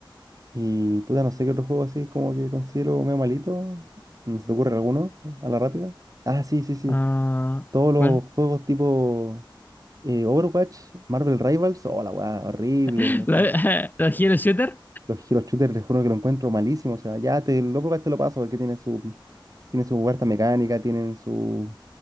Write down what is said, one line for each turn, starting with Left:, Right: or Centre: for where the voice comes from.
Right: Y puta, no sé qué otro juego así como que considero medio malito. Mm, ¿Se te ocurre alguno a la rápida? Ah, sí, sí, sí.
Left: Ah,
Right: Todos los
Left: ¿cuál?
Right: juegos tipo eh, Overwatch, Marvel Rivals. Oh, la weá, horrible,
Left: <laughs>
Right: loco.
Left: ¿La, <laughs> la Hero Shooter?
Right: Los Hero Shooters, les juro que lo encuentro malísimo. O sea, ya te, el Overwatch te lo paso porque tiene su, tiene su huerta mecánica, tienen su,